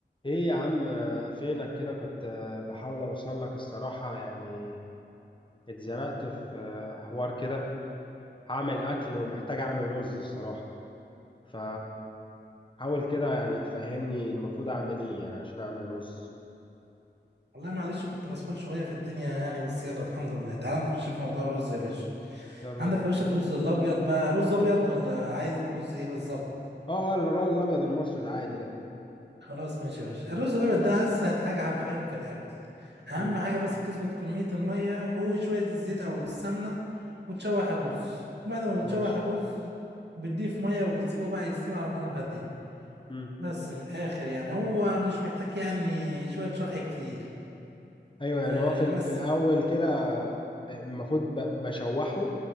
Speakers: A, on the left; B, on the right.
A: ايه يا عم آه، فينك كده كنت آه، بحاول اوصل لك الصراحة يعني اتزنقت في آه، حوار كده هعمل اكل ومحتاج اعمل رز الصراحة ف حاول كده يعني تفهمني المفروض اعمل ايه يعني عشان اعمل رز
B: والله معلش كنت مسحول شوية في الدنيا يعني بس يلا الحمد لله تعال نخش في موضوع الرز يا باشا
A: يلا
B: عندك
A: بينا
B: يا باشا الرز الأبيض بقى رز أبيض ولا عايز رز إيه بالظبط
A: اه اه الرز الابيض المصري العادي ده
B: خلاص ماشي يا باشا الرز الأبيض ده أسهل حاجة حرفيا في الأكل أهم
A: امم
B: حاجة بس بتظبط كمية المية وشوية الزيت أو السمنة وتشوح الرز بعد ما بتشوح
A: ماشي
B: الرز بتضيف مية وبتسيبه بقى يستوي على نار هادية
A: امم
B: بس من الآخر يعني هو مش محتاج يعني شوية شرح كتير
A: ايوه يعني
B: أه
A: هو في, ال-
B: بس
A: في الاول كده آه، المفروض ب- بشوحه